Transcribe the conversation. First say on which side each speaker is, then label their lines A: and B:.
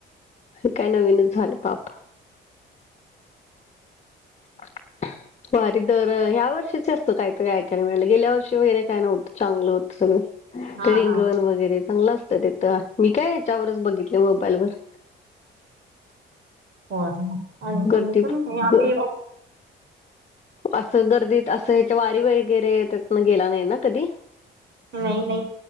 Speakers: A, on the left (about 35°); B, on the right (about 65°).
A: हे काय नवीन झालं पाप अ वारी दर ह्या वर्षीच असतं काहीतरी ऐकायला मिळालं गेल्या वर्षी वगैरे काय नव्हतं चांगलं होतं सग
B: हा
A: तर रिंगण
B: हा
A: वगैरे चांगलं असतं तेथ मी काय याच्यावरच बघितले मोबाईलवर
B: हो आणि
A: गर्दी
B: पण आम्
A: ग असं गर्दीत असं याच्या वारी वगैरे त्यातन गेला नाही ना कधी
B: नाही नाही